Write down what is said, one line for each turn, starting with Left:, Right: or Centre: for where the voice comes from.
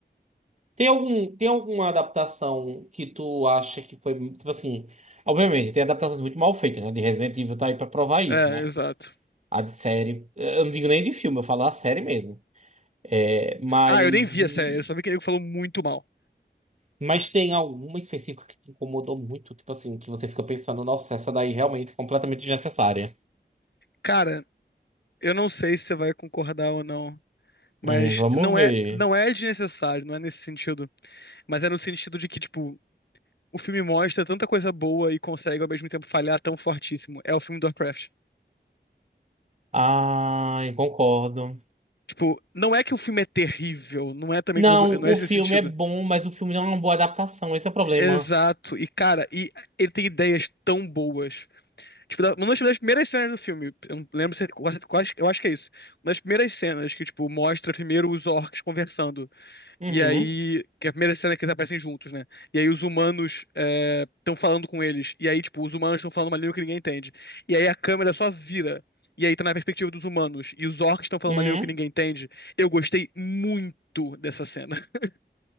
Right: Tem algum, tem alguma adaptação que tu acha que foi, tipo assim. Obviamente, tem adaptações muito mal feitas, né? De Resident Evil tá aí pra provar isso,
Left: É,
Right: né?
Left: exato.
Right: A de série. Eu não digo nem de filme, eu falo a série mesmo. É, mas
Left: Ah, eu nem vi
Right: e.
Left: a série, eu só vi que ele falou muito mal.
Right: Mas tem alguma específica que te incomodou muito, tipo assim, que você fica pensando, nossa, essa daí realmente é completamente desnecessária.
Left: Cara, eu não sei se você vai concordar ou não, mas
Right: Hum, vamos
Left: não
Right: ver.
Left: é, não é desnecessário, não é nesse sentido. Mas é no sentido de que, tipo, o filme mostra tanta coisa boa e consegue ao mesmo tempo falhar tão fortíssimo. É o filme do Warcraft.
Right: Ai, concordo.
Left: Tipo, não é que o filme é terrível, não é também
Right: Não,
Left: que eu vou- não
Right: o
Left: é esse
Right: filme
Left: sentido.
Right: é bom, mas o filme não é uma boa adaptação, esse é o problema.
Left: Exato. E cara, e ele tem ideias tão boas. Tipo, da- uma das das primeiras cenas do filme, eu não lembro se é quase, quase- eu acho que é isso. Uma das primeiras cenas que tipo mostra primeiro os orcs conversando.
Right: Uhum,
Left: E aí, que é a primeira cena é que eles aparecem juntos, né? E aí os humanos estão falando com eles. E aí, tipo, os humanos estão falando uma língua que ninguém entende. E aí a câmera só vira. E aí tá na perspectiva dos humanos. E os orcs estão falando
Right: uhum.
Left: uma língua que ninguém entende. Eu gostei muito dessa cena. <laughs>